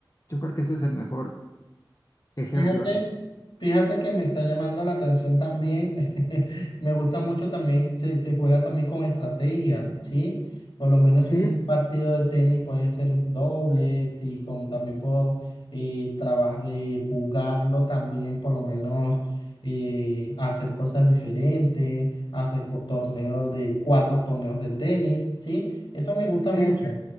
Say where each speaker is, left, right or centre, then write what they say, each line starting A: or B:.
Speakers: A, on the left; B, on the left.
A: Yo creo que ese es el mejor ejemplo.
B: Fíjate, fíjate que me está llamando la atención también. <laughs> Me gusta mucho también, se, se juega también con estrategia, ¿sí? Por lo menos
A: Sí,
B: un partido de tenis puede ser un doble, sí, con, también puedo eh, trabajar, eh, jugarlo también, por lo menos eh, hacer cosas diferentes, hacer co- torneos de cuatro torneos de tenis, ¿sí? Eso me gusta
A: sí,
B: mucho.
A: sí,